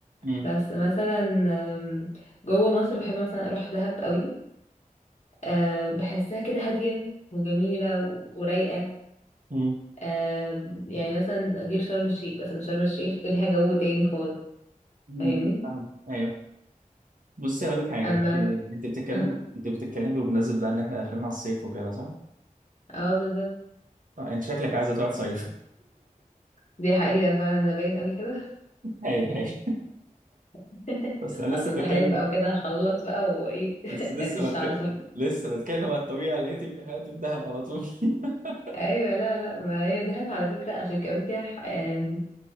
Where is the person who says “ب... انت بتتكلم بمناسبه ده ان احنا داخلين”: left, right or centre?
Right